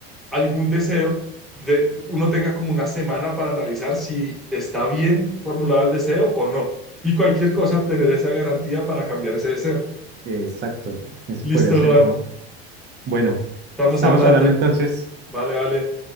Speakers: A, in the centre; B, on the right.
A: algún deseo, de- uno tenga como una semana para analizar si está bien formulado el deseo o no. Y cualquier cosa, tener esa garantía para cambiar ese deseo.
B: Eh, exacto. Eso
A: Listo,
B: podría ser
A: Juan.
B: uno. Bueno,
A: Estamos
B: estamos
A: hablando.
B: hablando entonces.
A: Vale, vale.